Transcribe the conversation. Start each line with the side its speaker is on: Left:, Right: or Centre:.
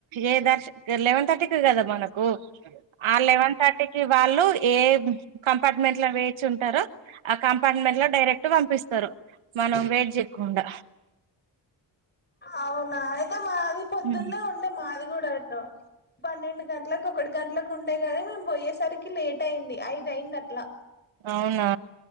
Right: ఏ దర్శన్కి లెవెన్ థర్టీకి కద మనకు ఆ లెవెన్ థర్టీకి వాళ్ళు ఏ కంపార్ట్మెంట్ లో వేచి ఉంటరో ఆ కంపార్ట్మెంట్ లో డైరెక్ట్ వంపిస్తారు మనం వేట్ చెయ్యకుండా
Left: అవునా మాది పొద్దున్నే
Right: హుమ్
Left: ఉండే మాది కూడా ఉంటా పన్నెండు గంటలకు ఒకటి గంటలకు ఉండే గానీ మేం బోయేసరికి లేటైంది ఐదైంది అట్లా
Right: అవునా